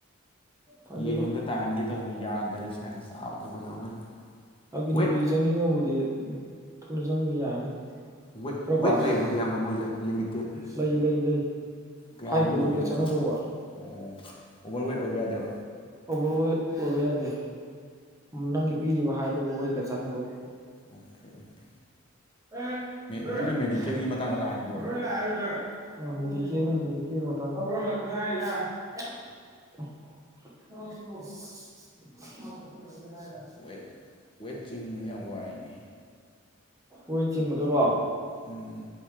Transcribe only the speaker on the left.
ꯌꯦꯡꯉꯝꯗ ꯇꯍꯟꯒꯦ ꯇꯧꯅꯤ ꯌꯥꯗꯔꯦ ꯁ꯭ꯋꯥꯏꯗ ꯆꯥꯕ ꯊꯛꯄ ꯇꯧ ꯂꯩꯔꯦ
ꯋꯦꯠ
ꯋꯦꯠ
ꯋꯦꯠ
ꯂꯩꯕ꯭ꯔ ꯑꯌꯥꯝꯕ ꯃꯣꯏꯁꯦ ꯂꯤꯃꯤꯇꯦꯠ
ꯀꯌꯥꯕꯨ
ꯑꯣꯏꯗꯣꯏꯅꯣ
ꯑꯣ ꯑꯣ ꯑꯣꯚꯔ ꯋꯦꯠ ꯑꯣꯏꯕ ꯌꯥꯗꯦꯕ
ꯑꯣꯀꯦ ꯑꯣꯀꯦ
ꯑꯗꯨꯅ ꯃꯦꯗꯤꯀꯦꯜꯒꯤ ꯃꯇꯥꯡꯗ ꯂꯥꯛꯑꯅꯤꯀꯣ
ꯋꯦꯠ ꯋꯦꯠ ꯆꯤꯡꯕꯁꯤ ꯌꯥꯝ ꯋꯥꯏꯅꯦ
ꯎꯝ